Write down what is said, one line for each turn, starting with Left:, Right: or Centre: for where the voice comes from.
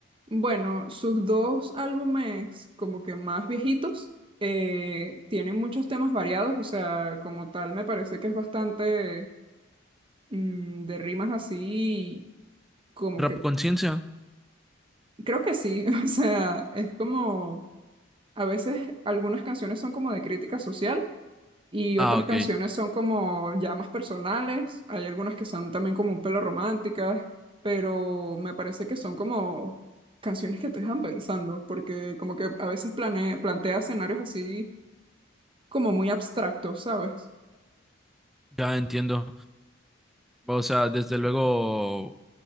Right: Bueno, sus dos álbumes como que más viejitos eh, tienen muchos temas variados, o sea, como tal me parece que es bastante mm, de rimas así, como
Centre: Rap
Right: que
Centre: Conciencia.
Right: creo que sí, <laughs> o sea, es como a veces algunas canciones son como de crítica social y
Centre: Ah,
Right: otras
Centre: ok,
Right: canciones son como ya más personales, hay algunas que son también como un pelo románticas, pero me parece que son como canciones que te dejan pensando, porque como que a veces plane- plantea escenarios así como muy abstractos, ¿sabes?
Centre: ya entiendo. O sea, desde luego,